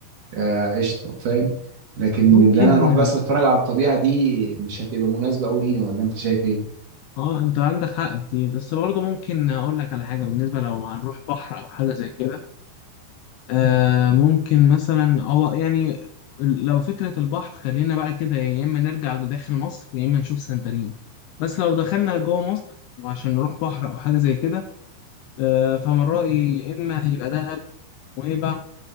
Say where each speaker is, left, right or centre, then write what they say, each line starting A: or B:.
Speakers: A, on the right; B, on the left.
A: آه، قشطه فاهم لكن
B: ممكن
A: اللي انا اروح بس اتفرج على الطبيعه دي مش هتبقى مناسبه قوي لينا ولا انت شايف ايه؟
B: اه انت عندك حق في دي بس برضه ممكن اقول لك على حاجه بالنسبه لو هنروح بحر او حاجه زي كده آه ممكن مثلا هو يعني لو فكره البحر خلينا بقى كده يا اما نرجع داخل مصر يا اما نشوف سنترين بس لو دخلنا جوه مصر وعشان نروح بحر او حاجه زي كده آه فمن رايي يا اما هيبقى دهب ونويبع